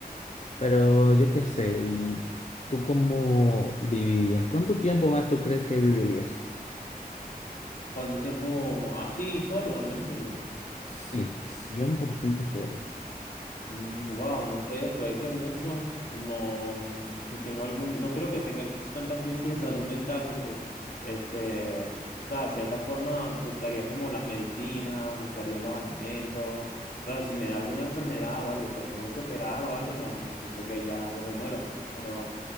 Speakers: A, on the left (about 45°); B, on the left (about 65°).
A: pero yo qué sé, ¿y tú cómo vivirías? ¿Cuánto tiempo más tú crees que vivirías?
B: ¿Cuánto tiempo así, solo en el mundo?
A: Sí, 100% solo.
B: wow, no sé, puede que mucho. No, si tengo algún, no creo que tenga tantas crisis de salud <laughs> mental porque, este, o sea, de cierta forma buscaría como las medicinas, buscaría los alimentos. Claro, si me da alguna enfermedad o algo que tengo que operar o algo, no, yo creo que ahí ya, ya me muero, pues. Pero